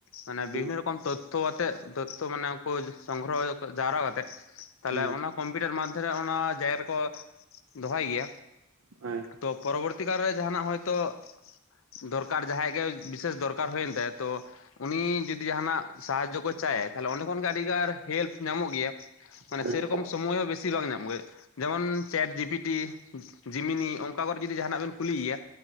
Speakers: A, on the left (about 75°); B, on the right (about 80°).
A: ᱢᱟᱱᱮ
B: ᱦᱩᱸ
A: ᱵᱤᱵᱷᱤᱱᱱᱚ ᱨᱚᱠᱚᱢ ᱛᱚᱛ ᱫᱚᱛᱚ ᱟᱛᱮ ᱛᱚᱛᱛᱷᱚ ᱵᱮᱱᱟᱣ ᱠᱚ ᱥᱚᱝᱜᱨᱚᱦᱚ ᱡᱟᱣᱨᱟ ᱟᱛᱮᱫ ᱛᱟᱞᱦᱮ
B: ᱦᱩᱸ
A: ᱚᱱᱟ ᱠᱚᱢᱯᱤᱭᱩᱴᱟᱨ ᱢᱟᱫᱽᱫᱷᱮᱨᱮ ᱚᱱᱟ ᱡᱟᱭᱜᱟ ᱨᱮᱠᱚ ᱫᱚᱦᱚᱭ ᱜᱮᱭᱟ᱾
B: ᱦᱳᱭ
A: ᱛᱚ ᱯᱚᱨᱚᱵᱚᱨᱛᱤ ᱠᱟᱞᱨᱮ ᱡᱟᱦᱟᱱᱟᱜ ᱦᱚᱭᱛᱚ᱾ <inaudible> ᱫᱚᱨᱠᱟᱨ ᱡᱟᱦᱟᱸᱭ ᱜᱮ ᱵᱤᱥᱮᱥ ᱫᱚᱨᱠᱟᱨ ᱦᱩᱭᱮᱱ ᱛᱟᱭᱟ ᱛᱚ ᱩᱱᱤ ᱡᱩᱫᱤ ᱡᱟᱦᱟᱸᱱᱟᱜ ᱥᱟᱦᱟᱡᱽᱡᱚ ᱠᱚ ᱪᱟᱭᱟᱭ ᱛᱟᱦᱚᱞᱮ ᱚᱸᱰᱮ ᱠᱷᱚᱱᱜᱮ ᱟᱹᱰᱤᱜᱟᱨ ᱦᱮᱞᱯ ᱧᱟᱢᱚᱜ ᱜᱮᱭᱟ᱾ ᱢᱟᱱᱮ
B: ᱦᱩᱸ
A: ᱥᱮᱭᱨᱚᱠᱚᱢ ᱥᱚᱢᱚᱭ ᱦᱚᱸ ᱵᱮᱥᱤ ᱵᱟᱝ ᱧᱟᱢ ᱜᱮ ᱡᱮᱢᱚᱱ ᱪᱮᱴ ᱡᱤᱯᱤᱴᱤ ᱡᱤᱢᱤᱱᱤ ᱚᱱᱠᱟ ᱠᱚᱨᱮ ᱡᱩᱫᱤ ᱡᱟᱦᱟᱸᱱᱟᱜ ᱵᱮᱱ ᱠᱩᱞᱤᱭᱮᱭᱟ᱾